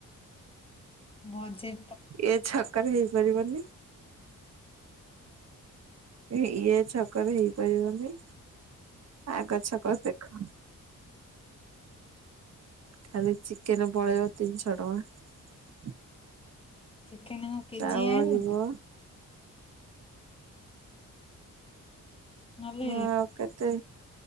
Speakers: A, on the left; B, on the right.
A: ବଜେ
B: ଏ ଛକରେ ହେଇପାରିବନି। ଇଏ ଛକରେ ହେଇପାରିବନି। ଆଗ ଛକ ଦେଖ। ଖାଲି ଚିକେନ ପଳେଇବ ତିନିଶହ ଟଙ୍କା।
A: ଚିକେନ କେଜିଏ
B: ଚାଉଳ
A: ଆଣ
B: ଯିବ।
A: ନହେଲେ
B: ହଁ ଆଉ କେତେ